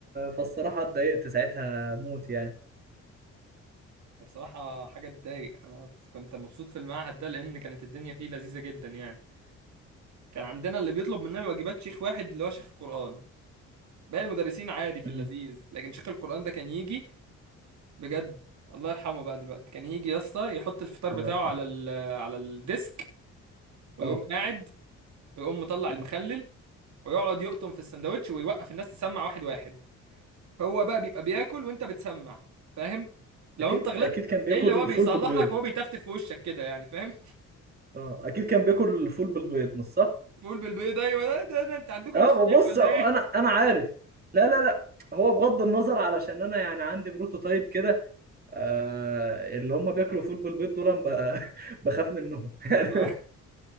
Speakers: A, on the right; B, on the right.
A: فالصراحه اتضايقت ساعتها موت يعني
B: هي بصراحه حاجه تضايق انا كنت مبسوط في المعهد ده لان كانت الدنيا فيه لذيذه جدا يعني كان عندنا اللي بيطلب مننا الواجبات شيخ واحد اللي هو شيخ القران باقي المدرسين عادي في
A: امم
B: اللذيذ لكن شيخ القران ده كان يجي بجد الله يرحمه بقى دلوقتي كان يجي يا اسطى يحط الفطار
A: الله
B: بتاعه
A: يرحمه
B: على ال على الديسك ويقوم
A: اه
B: قاعد ويقوم مطلع
A: مم.
B: المخلل ويقعد يقطم في السندوتش ويوقف الناس تسمع واحد واحد هو بقى بيبقى بياكل وانت بتسمع فاهم لو
A: اكيد
B: انت غلطت
A: اكيد كان بياكل
B: تلاقيه اللي هو بيصلح
A: فول بالبيض
B: لك وهو بيتفتف في وشك كده يعني فاهم
A: اه اكيد كان بياكل فول بالبيض مش صح
B: بيقول بالبيض ايوه ده, ده, ده انت عندكم
A: اه
B: نفس الشيخ
A: ببص
B: ولا
A: انا
B: ايه
A: انا عارف لا لا لا هو بغض النظر علشان انا يعني عندي بروتوتايب كده آه اللي هم بياكلوا فول بالبيض دول أنا ب- <laughs> بخاف منهم يعني
B: <laughs>